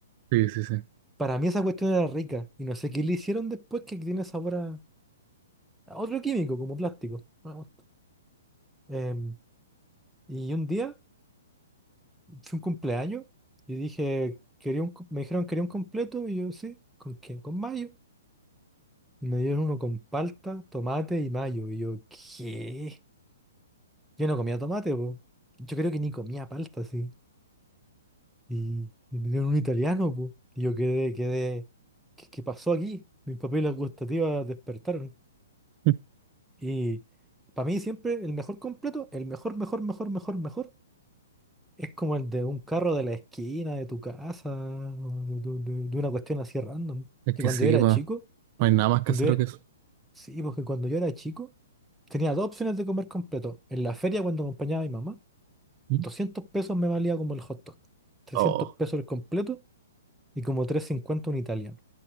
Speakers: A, on the right; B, in the centre.
A: Sí, sí, sí.
B: Para mí esa cuestión era rica y no sé qué le hicieron después que tiene sabor a, a otro químico, como plástico. Una bosta. Em, y un día fue un cumpleaños y dije, quería un, cu- me dijeron quería un completo y yo sí, ¿con quién? Con mayo. Y me dieron uno con palta, tomate y mayo. Y yo, ¿qué? Yo no comía tomate, po. Yo creo que ni comía palta, sí. Y, y me dieron un italiano, po. Y yo quedé, quedé, ¿qué, qué pasó aquí? Mis papilas gustativas despertaron.
A: <laughs>
B: Y para mí siempre el mejor completo, el mejor, mejor, mejor, mejor, mejor, es como el de un carro de la esquina de tu casa, o de, de- de una cuestión así random.
A: Es
B: Que
A: que
B: cuando
A: sí,
B: yo era
A: bueno,
B: chico,
A: no hay nada más casero
B: cuando yo era-
A: que eso.
B: sí, porque cuando yo era chico, tenía dos opciones de comer completo. En la feria cuando acompañaba a mi mamá,
A: ¿Mm?
B: 200 pesos me valía como el hot dog, trescientos
A: Oh,
B: pesos el completo y como 350 un italiano.